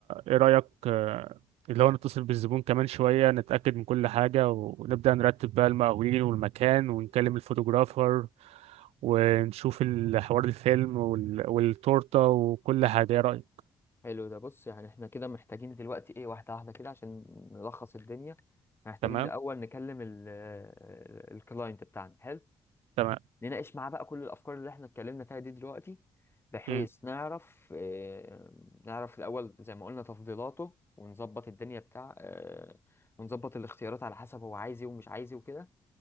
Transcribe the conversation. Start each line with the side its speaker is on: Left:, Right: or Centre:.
Right: ايه رأيك آه، اللي هو نتصل بالزبون كمان شوية نتأكد من كل حاجة ونبدأ نرتب بقى المقاولين والمكان ونكلم الفوتوغرافر ونشوف الحوار الفيلم وال... والتورتة وكل حاجة ايه رأيك
Left: حلو ده بص يعني احنا كده محتاجين دلوقتي ايه واحدة واحدة كده عشان نلخص الدنيا محتاجين
Right: تمام
Left: الأول نكلم ال ال- الكلاينت بتاعنا حلو
Right: تمام
Left: نناقش معاه بقى كل الأفكار اللي احنا اتكلمنا فيها دي دلوقتي بحيث
Right: م-
Left: نعرف اه نعرف الأول زي ما قلنا تفضيلاته ونظبط الدنيا بتاع اه ونظبط الاختيارات على حسب هو عايز ايه ومش عايز ايه وكده